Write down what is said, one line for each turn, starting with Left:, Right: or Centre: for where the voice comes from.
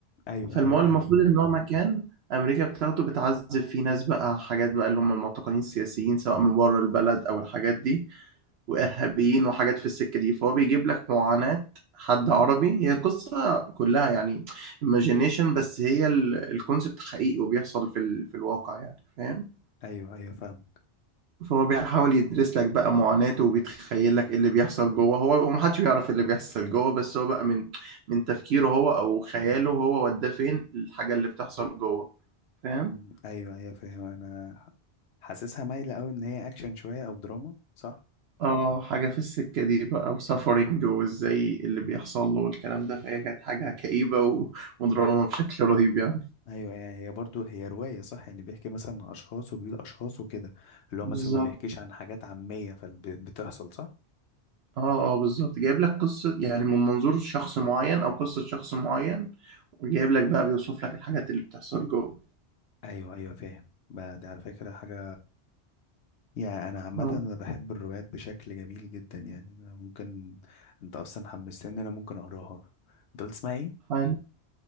Left: ايوه
Right: فالمول
Left: ايوه فاهم
Right: المفروض ان هو مكان امريكا بتاخده بتعذب فيه ناس بقى حاجات بقى اللي هم المعتقلين السياسيين سواء من بره البلد او الحاجات دي وارهابيين وحاجات في السكه دي فهو بيجيب لك معاناه حد عربي هي القصه كلها يعني imagination بس هي الكونسبت حقيقي وبيحصل في ال... في الواقع يعني فاهم
Left: ايوه ايوه فاهمك
Right: فهو بيحاول يدرس لك بقى معاناته وبيتخيل لك إيه اللي بيحصل جوه هو ومحدش بيعرف إيه اللي بيحصل جوه بس هو بقى من من تفكيره هو او خياله هو وداه فين الحاجة اللي بتحصل جوه فاهم
Left: أمم، ايوه ايوه فاهم انا ح- حاسسها مايلة قوي ان هي اكشن شوية او دراما صح
Right: اه حاجة في السكة دي بقى وسفرنج وازاي اللي بيحصل له والكلام ده فهي كانت حاجة كئيبة و- ودراما بشكل رهيب يعني
Left: ايوه هي هي برضو هي رواية صح يعني بيحكي مثلا عن اشخاص وبيقول اشخاص وكده اللي هو
Right: بالظبط
Left: مثلا ما بيحكيش عن حاجات عامية فبتحصل صح
Right: اه اه بالظبط جايب لك قصة يعني من منظور شخص معين او قصة شخص معين وجايب لك بقى بيوصف لك الحاجات اللي بتحصل جوه
Left: ايوه ايوه فاهم بقى دي على فكرة حاجة يعني انا
Right: اه
Left: عامه انا بحب الروايات بشكل جميل جدا يعني أنا ممكن انت اصلا حمستني إن انا ممكن اقراها انت قلت اسمها ايه
Right: حلو